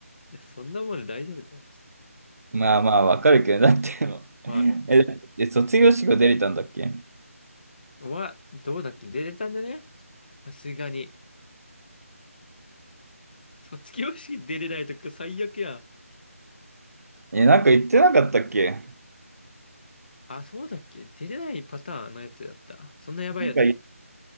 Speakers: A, on the left; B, on the right.
A: いや、そんなもんで大丈夫だよ。
B: まあまあ、わかるけど、だってもう、
A: まあね。
B: え、だえ卒業式が出れたんだっけ
A: まあ、どうだっけ出れたんだねさすがに。卒業式出れないとか最悪やん。
B: え、なんか言ってなかったっけ
A: あ、そうだっけ出れないパターンのやつだった。そんなやばいやつ。
B: なんか